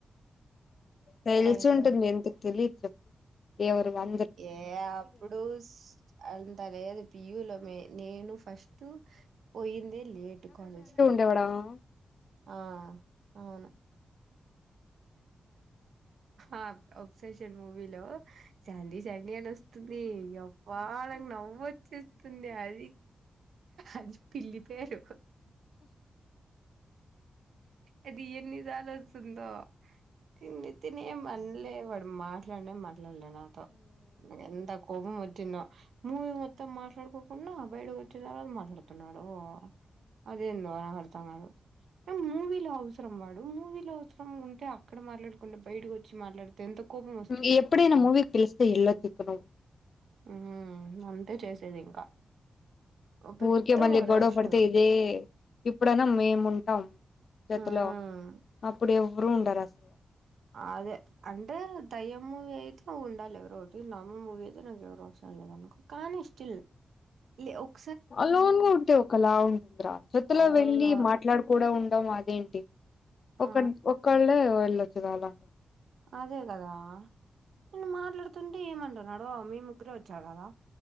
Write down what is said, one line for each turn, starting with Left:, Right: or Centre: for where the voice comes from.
Left: తెలిసింటుంది
Right: ఇంకా
Left: ఎందుకు తెలీదుచెప్పు ఎవరు వళ
Right: ఏ అపుడుస్ అంత లేదు పియులమే నేను ఫస్టు పోయిందే లేట్ కాలేజ్కీ
Left: లేవాడ
Right: ఆ అవును ఆ అబ్సెషన్ మూవీలో సాండి సాండి అని ఒస్తుంది, యవ్వ నాకూ నవ్వొచ్చేస్తుంది అది అది పిల్లి పేరు అది ఎన్నిసర్లొస్తుందో, తిండి తినేమనలే వాడు మాట్ మాట్లానే మాట్లాడలే నాతో, ఎంత కోపం వచ్చిందో మూవీ మొత్తం మాట్లాడుకో కున్న బయడకి ఒచ్చిన తర్వాత మాట్లాడుతున్నాడు, ఓ అదేందో నాక్ అర్థంకాదు మూవీలో అవసరం వాడు, మూవీలో అవసరం ఉంటే అక్కడ మాట్లాడుకుండా బయటకు ఒచ్చి మాట్లాడుత్ తేన్త్ కోపమో
Left: ఉమ్ ఎప్పుడైనా మూవీకి పిలిస్తే ఎళ్లొద్దు ఇక నువ్వు
Right: ఉమ్ అంతే చేసేది ఇంకా పెద్ద
Left: ఊర్కే మళ్ళీ
Right: ఓవరాక్షన్
Left: గొడవ పడ్తే ఇదే ఇప్పుడన్న మేము ఉంటాం జతలో,
Right: మ్మ్
Left: అప్పుడు ఎవ్వరు ఉండరు అస
Right: అదే అంటే దయ్యం మూవీ అయితే ఉండాలి ఎవరో ఒకటి, నార్మల్ మూవీ అయితే నాకు ఏవరు అవసరం లేదునుకో. కానీ స్టిల్ లే ఒక్
Left: లోన్గా ఉంటే ఒకలా ఉంటద్రా జతలో
Right: అవును
Left: వెళ్ళలి మాట్లాడుక్ కూడా ఉండం అదేంటి, ఒకన్
Right: ఆ
Left: ఒకళ్ళే వెళ్ళొచ్చు కదా
Right: అదే గదా నేను మాట్లాడుతుంటే ఏమంటున్నాడు మీ ముగ్గురే ఒచ్చారు గదా,